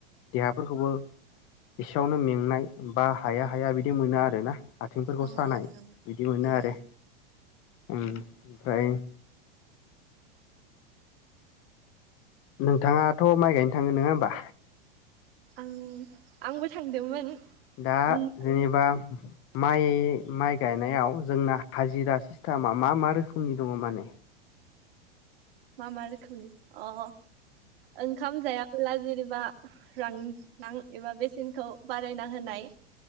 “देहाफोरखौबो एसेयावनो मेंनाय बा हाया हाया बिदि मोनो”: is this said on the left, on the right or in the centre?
Left